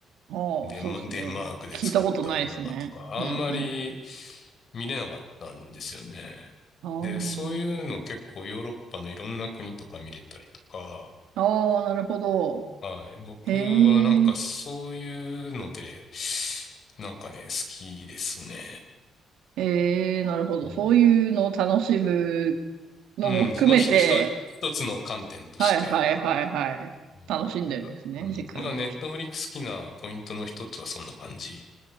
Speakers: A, on the right (about 80°); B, on the left (about 55°).
A: ああ、
B: デンマ、
A: そうですね。
B: デンマークで作ったドラマとか、
A: 聞いたことないですね。
B: あんまり
A: うん、う
B: 見れなかったんですよね。
A: ん。
B: で、そういうの結構ヨーロッパのいろんな国とか見れたりとか、
A: ああ、ああ、なるほど。
B: はい。僕はなんかそういうので、
A: へえ。
B: なんかね、好きですね。
A: ええ、なるほど。
B: うん。
A: そういうのを楽しむのも含めて、
B: うん。まあ、ひと、ひと一つの観点として。
A: はいはいはいはい。
B: うん、
A: 楽しんでるんですね、
B: なうんまあ、
A: 時間的に。
B: ネットフリックス好きなポイントの一つはそんな感じ